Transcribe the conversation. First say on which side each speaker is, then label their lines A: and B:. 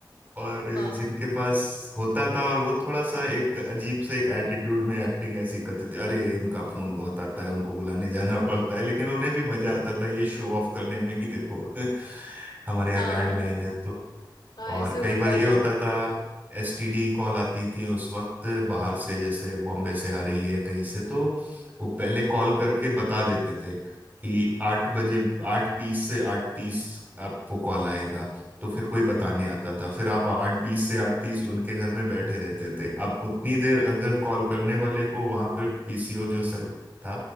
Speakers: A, on the right; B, on the left.
A: और
B: हाँ
A: जिनके पास होता था और वो थोड़ा सा एक अजीब से एक एटीट्यूड में एक्टिंग ऐसी करते थे अरे उनका फोन बहुत आता है उनको बुलाने जाना पड़ता है लेकिन उन्हें भी मजा आता था ये शो ऑफ करने में कि देखो <laughs> हमारे यहाँ
B: हाँ
A: लैंडलाइन है तो
B: हाँ
A: और
B: ऐसे होता
A: कई बार ये
B: था
A: होता था एसटीडी कॉल आती थी उस वक्त बाहर से जैसे बॉम्बे से आ रही है या कहीं से तो वो पहले कॉल करके बता देते थे कि आठ बजे आठ बीस से आठ तीस आपको कॉल आएगा तो फिर कोई बताने आता था फिर आप आठ बीस से आठ तीस उनके घर में बैठे रहते थे अब उतनी देर अगर कॉल करने वाले को वहां पर पीसीओ जो सर था